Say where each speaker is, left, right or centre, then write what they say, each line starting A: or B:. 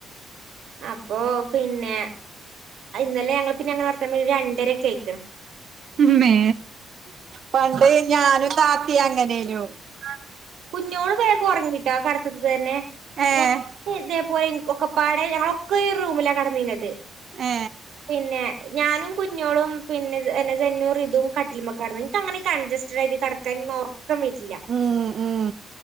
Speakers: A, on the right; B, on the right.
A: അപ്പൊ പിന്നെ അത് ഇന്ലെ ഞങ്ങൾ പിന്നെ ആടെത്തുമ്പോക്ക് രണ്ടരെക്കെയ്ക്ക്ണ്
B: മ്മേ പണ്ട് ഞാനും താത്തീം അങ്ങനേനു
A: ആ കുഞ്ഞോള് വേഗം ഒറ്ങ്ങിട്ടോ ആ കെടത്ത്ത്തെന്നെ
B: ഏഹ്
A: ഞാന് ഇതേ പോയി ഒക്കെപ്പാടെ ഞങ്ങളൊക്കീ റൂമിലാ കെടന്നീന്നത്
B: ഏ
A: പിന്നെ ഞാനും കുഞ്ഞോളും പിന്നെ എന സെന്നും റിദും കട്ടിൽമ്മേ കെടന്ന് ക്ക ങ്ങനെ കൺജസ്റ്റടായിട്ട് കെടക്കാൻന്നൊർക്കം വെര്ല്ല
B: ഉം ഉം